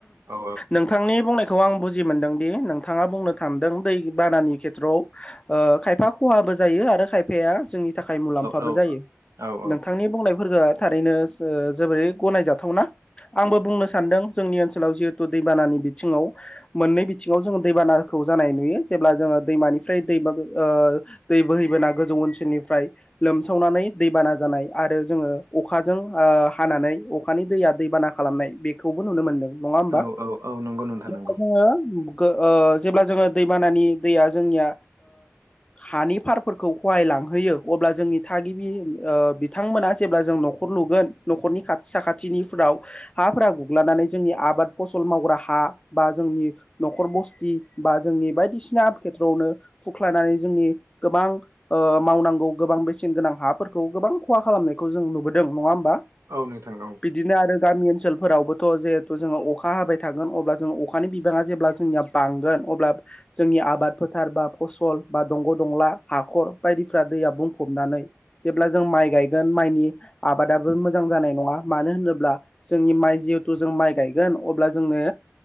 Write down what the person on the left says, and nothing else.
नोंथांनि बुंनाय खौ आं बुजि मोनदों दि नोंथाङा बुंनो सानदों दै बानानि खेथ्रआव खायफा खहा बो जायो खायफाया जोंनि थाखाय मुलाम्फाबो
जायो
नोंथांनि। बुंनाय फोरा थारैनो जोबोरै गनायजाथावना आंबो बुंनो सानदों जोंनि ओनसोलाव जिहेथु दैबानानि बिथिङाव मोननै बिथिङाव जोङो दैबानाखौ जानाय नुयो जेब्ला जोङो दैमानिफ्राय दै दै बोहैबोना गोजौ ओनसोलनिफ्राय लोमसावनानै दैबाना जानाय आरो जोङो अखाजों हानानै अखानि दैया दैबाना खालामनाय बेखौबो नुनो मोनदों। नङा होमबा
जेराव
जोङो जेब्ला जोङो दै बानानि दैया जोंनिया हानि फारफोरखौ खहायलाङो लांहोयो अब्ला जोंनि थागिबि बिथांमोना जेब्ला जों न'खर लुगोन न'खरनि खाथि साखाथिनिफ्राव हाफोरा गुग्लानानै जोंनि आबाद फस ला मावग्रा हा बा जों न'खर बसथि बा जोंनि बायदिसिना खेथ्रयावनो खुरख्लानानै जोंनि गोबां मावनांगौ गोबां बेसेन गोनां हाफोरखौ गोबां खहा खालामनाय खौ जों नुबोदों नङा होमबा
बिदिनो आरो गामि ओनसोलफोरावबोथ' जिहेथु जोङो अखा हाबाय थागोन अब्ला जोङो अखानि बिबाङा जेब्ला जोंनिया बांगोन अब्ला जोंनि आबाद फोथार बा फसल बा दंग' दंला हाखर बायदिफ्रा दैया बुंफ नानै जेब्ला जों माइ गाय गोन माइनि आबादाबो मोजां जानाय नङा मानो होनोब्ला जोंनि माइ जिहेथु जों माइ गायगोन अब्ला जोंनो